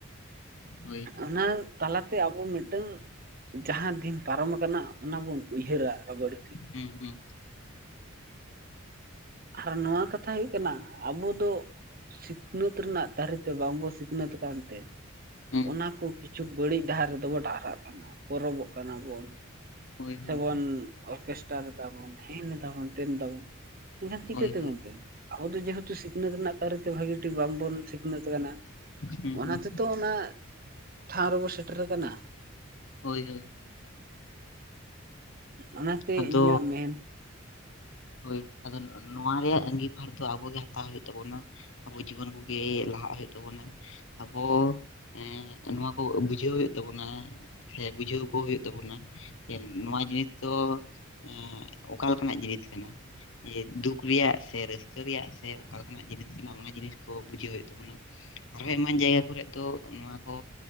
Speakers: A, on the left (about 65°); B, on the right (about 45°).
A: ᱦᱳᱭ
B: ᱚᱱᱟ ᱛᱟᱞᱟ ᱛᱮ ᱟᱵᱚ ᱢᱤᱫᱴᱟᱝ ᱡᱟᱸᱦᱟᱸ ᱫᱤᱱ ᱯᱟᱨᱚᱢ ᱟᱠᱟᱱᱟ ᱚᱱᱟ ᱵᱚᱱ ᱩᱭᱦᱟᱹᱨᱟ <unintelligible>
A: ᱦᱩᱸ ᱦᱩᱸ
B: ᱟᱨ ᱱᱚᱶᱟ ᱠᱟᱛᱷᱟ ᱦᱩᱭᱩᱜ ᱠᱟᱱᱟ ᱟᱵᱚ ᱫᱚ ᱥᱤᱠᱷᱱᱟᱹᱛ ᱨᱮᱱᱟᱜ ᱫᱟᱨᱮ ᱛᱮ ᱵᱟᱝ ᱵᱚ ᱥᱤᱠᱷᱱᱟᱹᱛ ᱟᱠᱟᱱ ᱛᱮ
A: ᱦᱩᱸ
B: ᱚᱱᱟ ᱠᱚ ᱠᱤᱪᱷᱩ ᱵᱟᱹᱲᱤᱡ ᱰᱟᱦᱟᱨ ᱨᱮᱫᱚ ᱵᱚᱱ ᱰᱟᱦᱨᱟᱜ ᱠᱟᱱᱟ, ᱯᱚᱨᱚᱵᱚᱜ ᱠᱟᱱᱟ ᱵᱚᱱ ᱾
A: ᱦᱳᱭ ᱦᱳᱭ
B: ᱥᱮᱵᱚᱱ ᱚᱨᱠᱮᱥᱴᱟᱨ ᱮᱫᱟ ᱵᱚᱱ ᱦᱮᱱ ᱫᱟᱵᱚᱱ ᱛᱮᱱ ᱫᱟᱵᱚᱱ ᱾ ᱮᱱᱠᱷᱟᱱ ᱪᱤᱠᱟᱹᱛᱮ
A: ᱦᱳᱭ ᱦᱳᱭ
B: ᱜᱚᱝᱠᱮ, ᱟᱵᱚ ᱫᱚ ᱡᱮᱦᱮᱛᱩ ᱥᱤᱠ ᱥᱤᱠᱷᱱᱟᱹᱛ ᱨᱮᱱᱟᱜ ᱛᱟᱨᱮᱛᱮ ᱵᱷᱟᱹᱜᱤ ᱴᱷᱤᱠ ᱵᱟᱝ ᱵᱚᱱ ᱥᱤᱠᱷᱱᱟᱹᱛ ᱠᱟᱱᱟ᱾
A: ᱦᱩᱸ
B: ᱚᱱᱟ
A: ᱦᱩᱸ
B: ᱛᱮᱛᱚ ᱚᱱᱟ ᱴᱷᱟᱶ ᱨᱮᱵᱚ ᱥᱮᱴᱮᱨ ᱟᱠᱟᱱᱟ᱾
A: ᱦᱳᱭ ᱦᱳᱭ
B: ᱚᱱᱟᱛᱮ
A: ᱟᱫᱚ
B: ᱤᱧᱟᱹᱜ ᱢᱮᱱ
A: ᱦᱳᱭ, ᱟᱫᱚ ᱱᱚᱣᱟ ᱨᱮᱭᱟᱜ ᱟᱜᱤᱵᱷᱟᱨ ᱫᱚ ᱟᱵᱚ ᱜᱮ ᱦᱟᱛᱟᱣ ᱦᱳᱭᱳᱜ ᱛᱟᱵᱚᱱᱟ ᱾ ᱟᱵᱚ ᱡᱩᱣᱟ. ᱱ ᱠᱚᱜᱮ ᱞᱟᱦᱟᱜ ᱦᱳᱭᱳᱜ ᱛᱟᱵᱚᱱᱟ ᱟᱵᱚ, ᱮᱸ ᱾ ᱱᱚᱣᱟ ᱠᱚ ᱵᱩᱡᱷᱟᱹᱣ ᱦᱳᱭᱳᱜ ᱛᱟᱵᱚᱱᱟ ᱥᱮ ᱵᱩᱡᱷᱟᱹᱣ ᱠᱚ ᱦᱳᱭᱳᱜ ᱛᱟᱵᱚᱱᱟ ᱾ ᱡᱮ ᱱᱚᱣᱟ ᱡᱤᱱᱤᱥ ᱫᱚ ᱮᱸ ᱚᱠᱟ ᱞᱮᱠᱟᱱᱟᱜ ᱡᱤᱱᱤᱥ ᱠᱟᱱᱟ᱾ ᱡᱮ ᱫᱩᱠ ᱨᱮᱭᱟᱜ ᱥᱮ ᱨᱟᱹᱥᱠᱟᱹ ᱨᱮᱭᱟᱜ ᱥᱮ ᱚᱠᱟᱞᱮᱠᱟᱱᱟᱜ ᱡᱤᱱᱤᱥ ᱠᱟᱱᱟ ᱚᱱᱟ ᱡᱤᱱᱤᱥ ᱠᱚ ᱵᱩᱡᱷᱟᱹᱣ ᱦᱩᱭᱩᱜ ᱛᱟᱵᱚᱱᱟ᱾ ᱟᱨᱦᱚᱸ ᱮᱢᱟᱱ ᱡᱟᱭᱜᱟ ᱠᱚᱨᱮᱜ ᱫᱚ ᱱᱚᱣᱟ ᱠᱚ